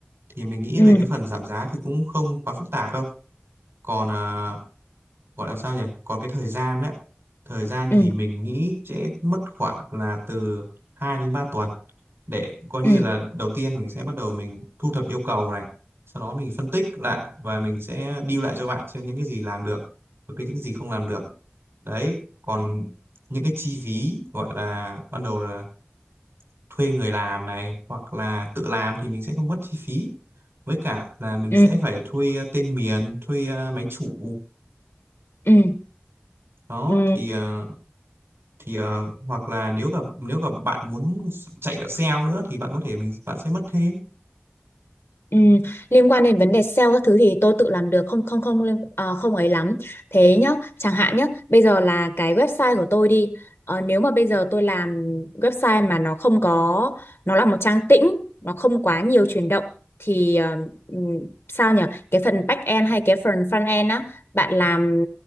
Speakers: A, on the right; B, on the left.
A: thì mình nghĩ
B: ừ,
A: về cái phần giảm giá thì cũng không quá phức tạp đâu còn ờ, gọi là sao nhỉ còn cái thời gian á thời gian
B: ừ,
A: thì mình nghĩ sẽ mất khoảng là từ hai đến ba tuần để coi như
B: ừ,
A: là đầu tiên mình sẽ bắt đầu mình thu thập yêu cầu này sau đó mình phân tích lại và mình sẽ deal lại cho bạn xem những cái gì làm được và cái những gì không làm được đấy còn những cái chi phí gọi là ban đầu là thuê người làm này hoặc là tự làm thì mình sẽ không mất chi phí với cả là mình
B: ừ,
A: sẽ phải thuê ờ, tên miền thuê ờ, máy chủ
B: ừ.
A: đó
B: ừ.
A: thì ờ, thì ờ, hoặc là nếu gặp nếu gặp bạn muốn chạy cả sale nữa thì bạn có thể mình bạn sẽ mất thêm
B: Ừ, liên quan đến vấn đề sale các thứ thì tôi tự làm được không không không liên- ờ, không ấy lắm thế nhá chẳng hạn nhá bây giờ là cái website của tôi đi Ờ, nếu mà bây giờ tôi làm website mà nó không có nó là một trang tĩnh nó không quá nhiều chuyển động thì ờ, ừm, sao nhỉ cái phần back end hay cái phần front end á bạn làm